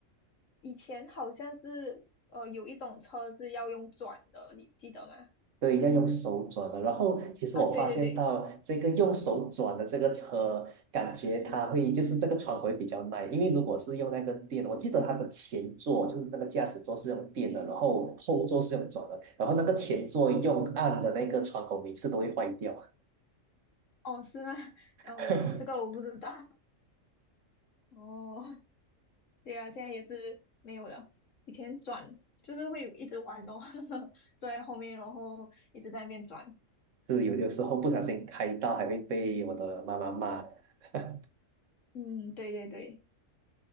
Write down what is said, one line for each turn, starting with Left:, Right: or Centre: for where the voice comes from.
Left: 以前好像是呃有一种车是要用转的，你记得吗？
Right: 对，要用手转的。然后，其实我发现到这个用手转的这个车，
Left: 啊，对对对，
Right: 感觉它会就是这个窗口会比较耐，因为如果是用那个电，我记得它的前座就是那个驾驶座是用电的，然后后座是用转的，然后那个前座用按的那个窗口每次都会坏掉，
Left: 哦，是吗？<laughs>
Right: <laughs>
Left: 哦，这个我不知道。<laughs> 哦，对啊，现在也是没有了。以前转就是会一直玩咯，<laughs> 坐在后面，然后一直在那边转。
Right: 是有的时候不小心开到还会被我的妈妈骂。<laughs>
Left: 嗯，对对对。